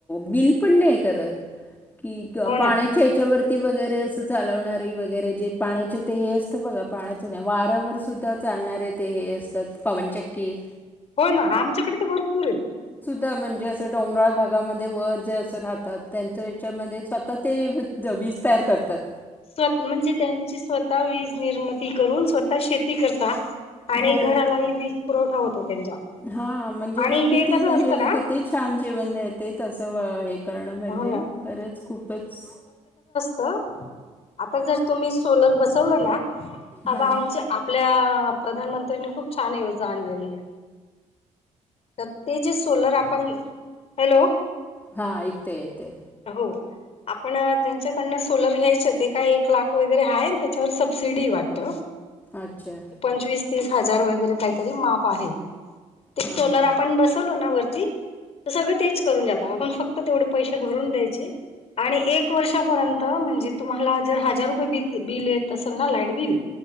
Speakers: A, on the left (about 15°); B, on the left (about 55°).
A: बिल पण नाही करत. कि
B: हो
A: पाण्याच्या
B: ना
A: याच्यावर वगैरे अस चालवणारी वगैरे जे पाण्याचे ते हे असतं बघा पाण्याच नाही वाऱ्यावर सुद्धा चालणारे ते हे असतात पवनचक्की
B: हो ना आमच्याकडे तर भरपूरेत.
A: त म्हणजे असं डोंगराळ भागामध्ये वर जे अस राहतात त्यांच्या हच्यामध्ये स्वतः ते जम वीज तयार करतात.
B: स्व म्हणजे त्यांची स्वतः वीज निर्मिती करून स्वतः शेती करता आणि
A: हो
B: घरालाही वीज पुरवठा होतो त्यांचा
A: हा म्हणजे
B: आणि
A: मग किती
B: हे कसं
A: म्हणजे
B: असतं ना
A: किती छान जीवन येत तसं हे करणं म्हणजे
B: हो ना
A: खरंच खूपच
B: आ आता जर तुम्ही सोलर बसवलं ना
A: हां
B: आता आमच्या आपल्या प्रधानमंत्र्यानी खूप छान योजना आणलेली आहे. तर ते जे सोलर आपण हॅलो
A: हा ऐकते येते
B: हो आपण त्यांच्याकडनं सोलर घ्यायचे ते काय एक लाख वगैरे आहे त्याच्यावर सबसिडी वाटत.
A: अच्छा
B: पंचवीस तीस हजार वगैरे काहीतरी माप आहे. ते
A: हां
B: सोलर
A: हां
B: आपण बसवलो ना वरती तर सगळे तेच करून जात आपण फक्त तेवढे पैसे भरून द्यायचे. आणि एक वर्षापर्यंत म्हणजे तुम्हाला जर हजार रुपये बिल येत असेल ना लाईट बिल